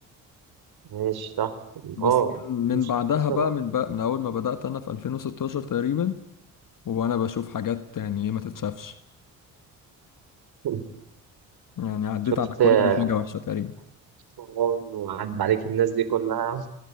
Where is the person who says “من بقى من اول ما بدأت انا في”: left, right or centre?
Left